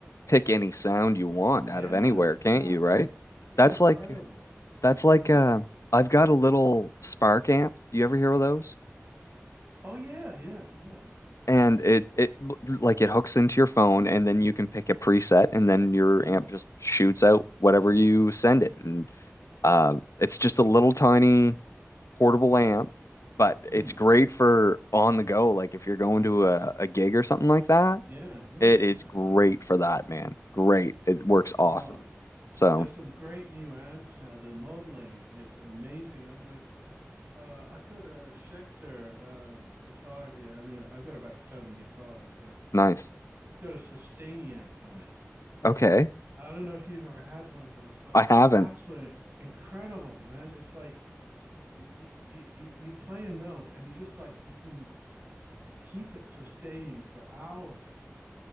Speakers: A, on the left; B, on the right.
A: pick any sound you want out
B: yeah
A: of anywhere, can't
B: yeah.
A: you, right?
B: It's it's
A: That's
B: incredible.
A: like
B: It's
A: that's
B: incredible.
A: like uh I've got a little Spark amp. You ever hear of those?
B: Oh yeah yeah yeah
A: And
B: yeah.
A: it it like it hooks into your phone and then you can pick a preset and then your
B: Hmm.
A: amp just shoots out whatever you send it. And um it's just a little tiny portable amp, but
B: Hmm.
A: it's great for on the go, like if you're going to a, a gig or something like that
B: Yeah, yeah,
A: It is
B: yeah.
A: great for that, man. Great. It works
B: Oh,
A: awesome. So
B: there's some great new amps now. The modeling is amazing. I mean, like, uh, I've got a Schecter um, guitar here. I mean, I've got about seven guitars, but
A: nice.
B: it's, it's got a Sustainiac on it.
A: Okay.
B: I don't know if you've ever had one of those, but
A: I
B: it's
A: haven't.
B: absolutely incredible, man. It's like you you you you play a note, and it's just like you can keep it sustaining for hours.